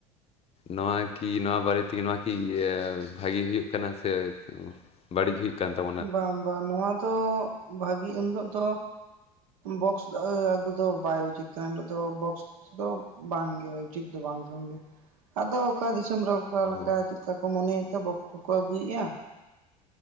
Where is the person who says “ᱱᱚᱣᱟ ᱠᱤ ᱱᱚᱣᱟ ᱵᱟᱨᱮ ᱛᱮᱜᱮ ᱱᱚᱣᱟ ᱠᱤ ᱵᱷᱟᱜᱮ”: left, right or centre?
Left